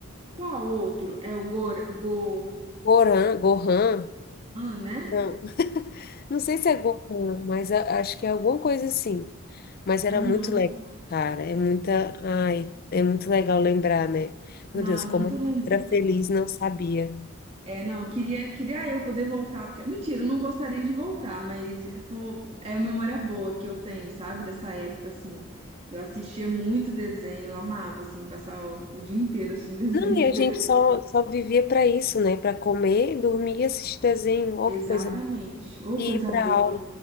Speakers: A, on the right; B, on the left.
A: Qual outro? É o Gor... Gohan,
B: Goran, Gohan.
A: né?
B: Não, não sei se é Gohan, mas a- acho que é alguma coisa assim. Mas era
A: Aham.
B: muito legal, cara. É muita. Ai, é muito legal lembrar, né? Meu
A: Não,
B: Deus,
A: é muito
B: como eu
A: lembro.
B: era feliz, não sabia.
A: É, não, eu queria, queria eu poder voltar, porque, mentira, eu não gostaria de voltar, mas fo- é uma memória boa que eu tenho, sabe, dessa época, assim, eu assistia muito desenho, eu amava, assim, passar o, o dia inteiro assistindo desenho.
B: Não, e
A: <laughs>
B: a gente só, só vivia para isso, né? Para comer, dormir e assistir desenho, ó,
A: Exatamente,
B: que coisa boa.
A: ô,
B: E
A: coisa
B: ir para
A: boa.
B: aula.